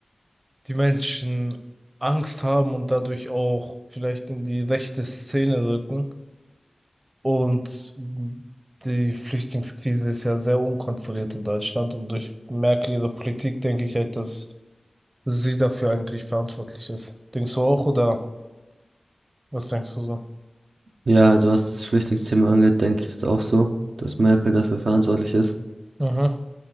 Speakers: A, on the right; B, on the right.
A: die Menschen Angst haben und dadurch auch vielleicht in die rechte Szene rücken. Und die Flüchtlingskrise ist ja sehr unkontrolliert in Deutschland. Und durch Merkel ihre Politik denke ich halt, dass sie dafür eigentlich verantwortlich ist. Denkst du auch oder was denkst du so?
B: Ja, also was das Flüchtlingsthema angeht, denke ich das auch so, dass Merkel dafür verantwortlich ist.
A: Mhm,